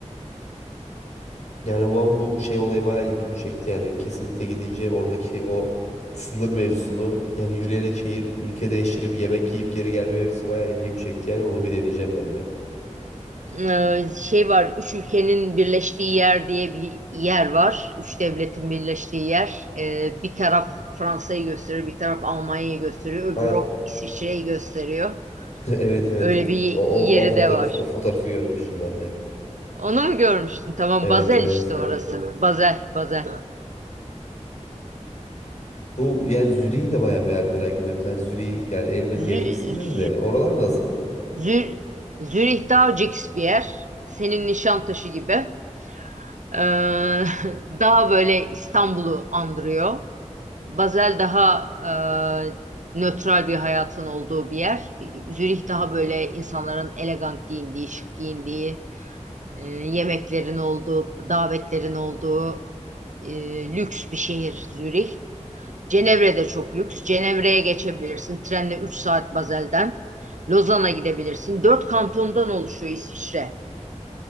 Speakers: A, on the left; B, on the right.
A: Yani bu ama bu şey olayı bayağı ilgimi çekti yani. Kesinlikle gidince oradaki o sınır mevzusunu yani yürüyerek şehir ülke değiştirip yemek yiyip geri gelme mevzusu bayağı ilgimi çekti yani onu bir deneyeceğim ben de.
B: Ee, şey var, üç ülkenin birleştiği yer diye bir yer var. Üç devletin birleştiği yer. Ee, bir taraf Fransa'yı gösteriyor, bir taraf Almanya'yı gösteriyor,
A: Ha
B: öbürü hop İsviçre'yi gösteriyor.
A: <laughs> evet evet.
B: Öyle bir
A: O,
B: yeri
A: o, o fotoğraf
B: de var.
A: o fotoğrafı görmüştüm ben de.
B: Onu mu görmüştün? Tamam,
A: Evet
B: Basel
A: evet.
B: işte Evet orası. evet. Basel, Basel. Da-
A: Bu yani Zürich'i de bayağı merak, merak ediyorum. Sen Zürich'i yani elbet
B: Evet.
A: gezmişsindir de oralar nasıl?
B: Zür Zürih daha cix bir yer. Senin Nişantaşı gibi. Ee, <laughs> daha böyle İstanbul'u andırıyor. Basel daha e, nötral bir hayatın olduğu bir yer. Zürih daha böyle insanların elegant giyindiği, şık giyindiği, e, yemeklerin olduğu, davetlerin olduğu e, lüks bir şehir Zürih. Cenevre de çok lüks. Cenevre'ye geçebilirsin. Trenle 3 saat Basel'den. Lozan'a gidebilirsin. Dört kantondan oluşuyor İsviçre.